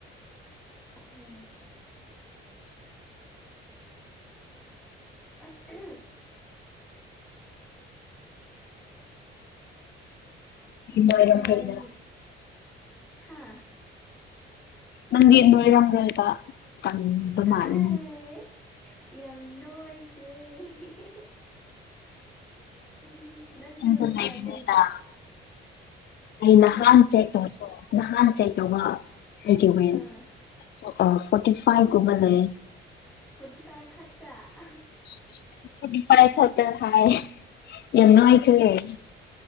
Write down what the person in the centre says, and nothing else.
<unintelligible> <unintelligible> ꯎꯝ
ꯅꯍꯥꯟ ꯊꯥ꯫
ꯑꯥꯏ ꯌꯥꯝ ꯅꯣꯏꯈ꯭ꯔꯦ <unintelligible> ꯎꯝ ꯅꯪꯒꯤ
ꯋꯦꯠ
ꯀꯌꯥ ꯂꯩꯒꯦ꯫
ꯍꯥ
ꯑꯥ
ꯐꯣꯔꯇꯤ ꯐꯥꯏꯚ ꯈꯛꯇꯥꯥ <unintelligible>